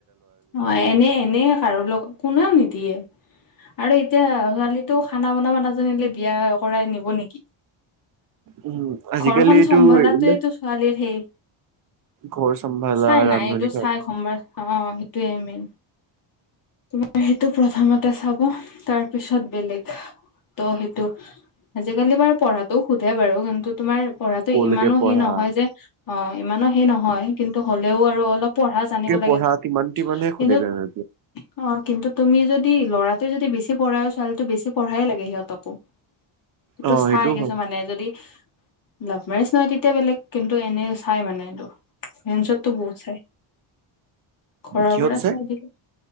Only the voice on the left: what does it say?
অহ, এনে-এনেই কাৰো লগত কোনেও নিদিয়ে আৰু এতিয়া ছোৱালীটো খানা বনাব নাজা <unintelligible> বিয়া কৰাই নিব নেকি?
ঘৰখন
চম্ভালাতোয়টো
ছোৱালীৰ সেই
চাই নাই
এইটো
চাই সোমবাৰ। অ' সেইটোয়ে মেইন। তোমাৰ সেইটো প্ৰথমতে চাব তাৰ পিছত বেলেগ। তো সেইটো আজিকালি বাৰু পঢ়াতটোও সোধে বাৰু। কিন্তু, তোমাৰ পঢ়াতটো
ইমানো
সেই নহয় যে অ' ইমানো সেই নহয়, কিন্তু হ'লেও আৰু অলপ পঢ়া জানিব লাগে
কিন্তু
অ' কিন্তু তুমি যদি ল'ৰাটোৱে যদি বেছি পঢ়াইও ছোৱালীতটো বেছি পঢ়ায়েই লাগে সিহঁতকো। সেইটো
ছাই কিছুমান
মানে যদি। লাভ মেৰেজ নহয়, তেতিয়া বেলেগ কিন্তু, এনে চাই মানে এইটো। জেনতচ টো বহুত ছাই ঘৰৰ
পৰা
ছাই দিয়ে।